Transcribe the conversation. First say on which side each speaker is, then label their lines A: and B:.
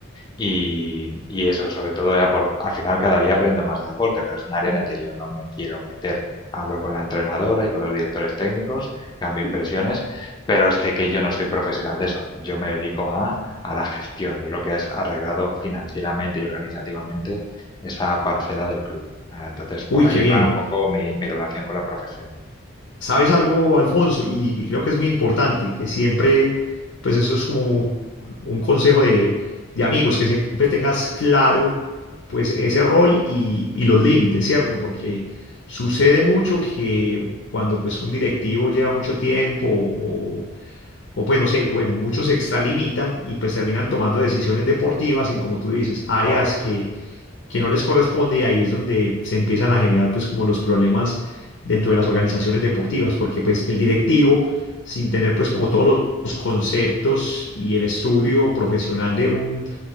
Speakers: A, on the left; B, on the left.
A: y, y eso, sobre todo, eh, apor- al final cada día aprendo más de deporte, pero es un área en el que yo no me quiero meter. Hablo con la entrenadora y con los directores técnicos, cambio impresiones, pero sé que yo no soy profesional de eso. Yo me dedico a, a la gestión. Yo lo que es arreglado financieramente y organizativamente esa parcela del club. Ah, Entonces, por
B: uy,
A: ahí
B: qué bien.
A: va un poco mi, mi relación con la profesión.
B: ¿Sabes algo, Alfonso? Y, y creo que es muy importante, que siempre, pues eso es como un, un consejo de, de amigos, que siempre tengas claro, pues ese rol y, y los límites, ¿cierto? Porque sucede mucho que cuando pues un directivo lleva mucho tiempo o O pues no sé, bueno, muchos se extralimitan y pues terminan tomando decisiones deportivas en, como tú dices, áreas
A: Correcto,
B: que, que no les corresponde y ahí es donde se empiezan a generar pues como los problemas dentro de las organizaciones deportivas, porque pues el directivo, sin tener pues como todos los conceptos y el estudio profesional de un